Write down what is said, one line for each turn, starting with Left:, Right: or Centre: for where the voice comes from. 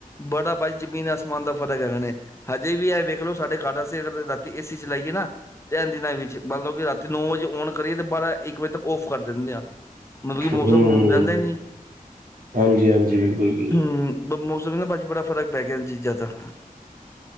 Left: ਬੜਾ ਭਾਜੀ ਜ਼ਮੀਨ ਆਸਮਾਨ ਦਾ ਫਰਕ ਹੈਗਾਣੇ ਹਜੇ ਵੀ ਇਹ ਵੇਖ ਲੋ ਸਾਡੇ <unintelligible> ਅਗਰ ਤੇ ਏਸੀ ਚਲਾਈਏ ਨਾ ਤੇ ਏਨ ਦਿਨਾ ਵਿੱਚ ਮਤਲਬ ਕਿ ਰਾਤੀ ਨੌ ਵਜੇ ਔਨ ਕਰੀਏ ਤੇ ਬਾ। ਰਾਂ ਇੱਕ ਵਜੇ ਤੱਕ ਔਫ ਕਰ ਦਿੰਦੇ ਆ ਮਤਲਬ ਕਿ
Right: ਹੂੰ,
Left: ਮੌਸਮ ਹੁਣ ਰਹਿੰਦਾ ਹੀ ਨੀ
Right: ਹਾਂਜੀ-ਹਾਂਜੀ, ਬਿਲਕੁਲ-ਬਿਲਕੁਲ।
Left: ਹੂੰ, ਬ ਮੌਸਮ ਨਾ ਬ ਬੜਾ ਫ਼ਰਕ ਪੈ ਗਿਆ ਇਨ ਚੀਜ਼ਾਂ ਦਾ।